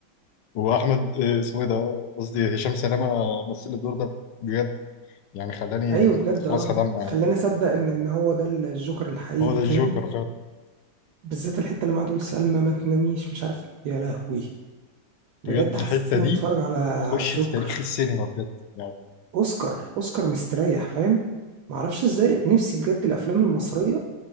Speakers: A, on the left; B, on the right.
A: واحمد آه، اسمه ايه ده قصدي هشام سلامه مثل الدور ده بجد يعني خلاني
B: ايوه بجد
A: كنت خلاص
B: اه
A: هدمع
B: خلاني
A: يعني
B: اصدق ان ان هو ده الجوكر الحقيقي
A: هو ده الجوكر
B: فاهم
A: فعلا
B: بالذات الحته لما قعد يقول سلمى ما تناميش مش عارف يا لهوي بجد
A: بجد الحته
B: حسيت اني
A: دي
B: بتفرج على على
A: تخش
B: الجوكر
A: في تاريخ السينما بجد يعني
B: اوسكار اوسكار مستريح فاهم ما اعرفش ازاي نفسي بجد الافلام المصريه